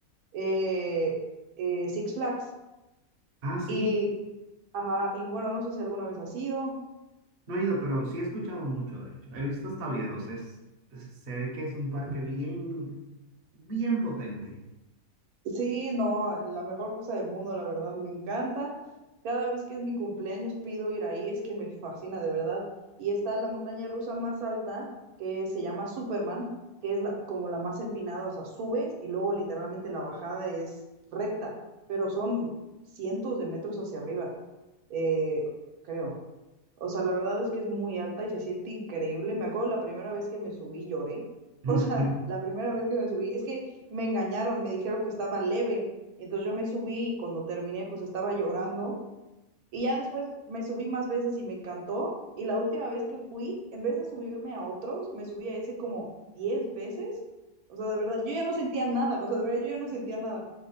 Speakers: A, on the right (about 80°); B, on the right (about 50°).
A: Eh, eh, Six Flags.
B: Ah, sí.
A: Y, ajá, y bueno, no sé si alguna vez has ido.
B: No he ido, pero sí he escuchado mucho, de hecho. He visto hasta videos. Es, es- se ve que es un parque bien, bien potente.
A: Sí, no, la mejor cosa del mundo, la verdad, me encanta. Cada vez que es mi cumpleaños pido ir ahí, es que me fascina de verdad. Y está la montaña rusa más alta, que se llama Superman, que es la, como la más empinada, o sea, subes y luego literalmente la bajada es recta, pero son cientos de metros hacia arriba, eh, creo. O sea, la verdad es que es muy alta y se siente increíble. Me acuerdo la primera vez que me subí lloré. <laughs>
B: <laughs>
A: O sea, la primera vez que me subí, es que me engañaron, me dijeron que estaba leve. Y entonces yo me subí y cuando terminé pues estaba llorando. Y ya después me subí más veces y me encantó. Y la última vez que fui, en vez de subirme a otros, me subí a ese como 10 veces. O sea, de verdad, yo ya no sentía nada. O sea, de verdad, yo ya no sentía nada.